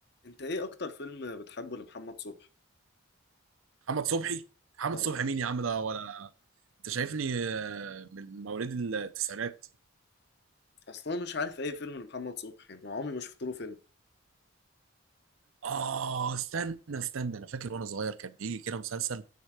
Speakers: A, on the left; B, on the right.
A: انت ايه اكتر فيلم بتحبه لمحمد صبحي
B: محمد صبحي محمد
A: اه
B: صبحي مين يا عم ده ولا انت شايفني آه، من مواليد التسعينات
A: اصلا مش عارف اي فيلم لمحمد صبحي يعني عمري ما شفت له فيلم
B: اه استنى استنى انا فاكر وانا صغير كان بيجي كده مسلسل